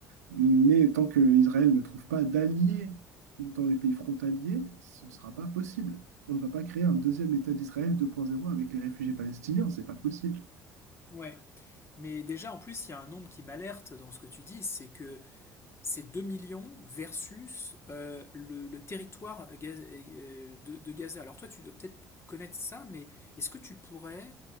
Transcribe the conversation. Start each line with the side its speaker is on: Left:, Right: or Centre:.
Right: Mais tant qu'Israël ne trouve pas d'alliés dans les pays frontaliers, ce ne sera pas possible. On ne va pas créer un deuxième État d'Israël 2.0 avec les réfugiés palestiniens, c'est pas possible.
Left: ouais. Mais déjà, en plus, il y a un nombre qui m'alerte dans ce que tu dis, c'est que ces 2 millions versus euh, le, le, territoire Gaz- euh, de, de Gaza. Alors toi, tu dois peut-être connaître ça, mais est-ce que tu pourrais